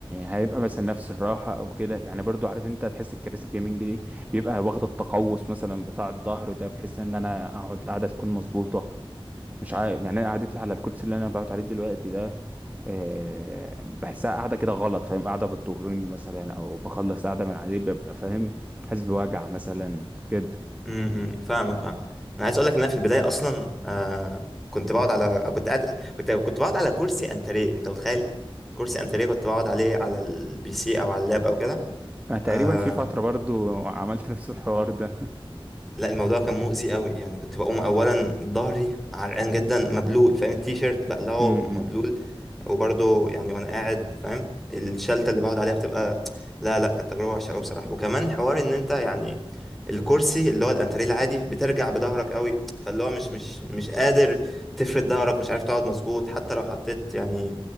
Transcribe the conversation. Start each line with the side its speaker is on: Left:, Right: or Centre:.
Right: هيبقى مثلا نفس الراحة أو كده يعني برضو عارف أنت هتحس الكراسي الجيمنج دي بيبقى واخدة التقوس مثلا بتاع الظهر ده بحيث إن أنا أقعد القعدة تكون مظبوطة مش عارف يعني أنا قعدتي على الكرسي اللي أنا بقعد عليه دلوقتي ده آه، بحسها قاعدة كده غلط فاهم قاعدة بتضرني مثلا أو بخلص قاعدة من عليه ببقى فاهم حاسس بوجع مثلا كده
Centre: امم فاهمك فاهم انا عايز اقول لك ان انا في البداية اصلا آه كنت بقعد على كنت قاعد كنت كنت بقعد على كرسي انتريه انت متخيل كرسي انتريه كنت بقعد عليه على البي سي او على اللاب او كده
Right: أنا تقريبا
Centre: آه
Right: في فترة برضو عملت <laughs> نفس الحوار ده
Centre: لا الموضوع كان مؤذي قوي يعني كنت بقوم اولا ظهري عرقان جدا مبلول فاهم التيشيرت
Right: <laughs>
Centre: بقلعه
Right: امم
Centre: مبلول وبرضه يعني وانا قاعد فاهم الشلته اللي بقعد عليها بتبقى لا لا كانت تجربه وحشه قوي بصراحه وكمان حوار ان انت يعني الكرسي اللي هو الانتريه العادي بترجع بظهرك قوي فاللي هو مش مش مش قادر تفرد ظهرك مش عارف تقعد مظبوط حتى لو حطيت يعني